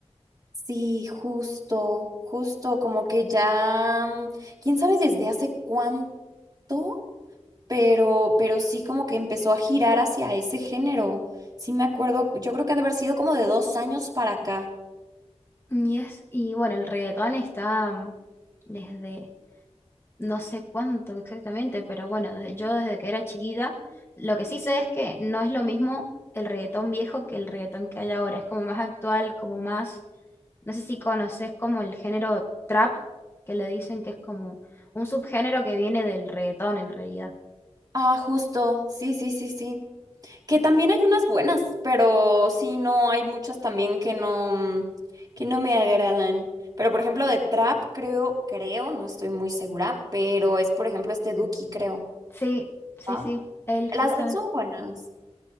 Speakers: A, on the right (about 35°); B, on the left (about 20°).
A: Sí, justo, justo, como que ya, mm, quién sabe desde hace cuánto. pero, pero sí como que empezó a girar hacia ese género. Sí me acuerdo, yo creo que ha de haber sido como de dos años para acá.
B: Y es, y bueno, el reggaetón está mm, desde no sé cuánto exactamente, pero bueno, desde- yo desde que era chiquita, lo que sí sé es que no es lo mismo el reggaetón viejo que el reggaetón que hay ahora, es como más actual, como más, no sé si conoces como el género trap, que le dicen que es como un subgénero que viene del reggaetón en realidad.
A: Ah, justo, sí, sí, sí, sí. Que también hay unas buenas, pero sí, no, hay muchas también que no, mm, que no me agradan. Pero por ejemplo de Trap, creo, creo, no estoy muy segura, pero es por ejemplo este Duki, creo.
B: Sí, sí,
A: ¿ah?
B: sí, él
A: Las
B: justo,
A: de él son buenas,